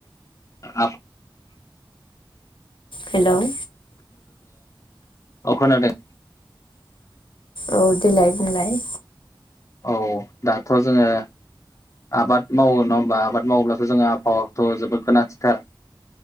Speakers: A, on the left; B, on the left.
A: आ।
B: हेल'
A: अ खोनादों।
B: औ देलाय बुंलाय।
A: औ दाथ जोङो। आबाद मावो नङा होमबा आबाद मावोब्लाथ जोंहा आबहावाथ जोबोद गोनांथिथार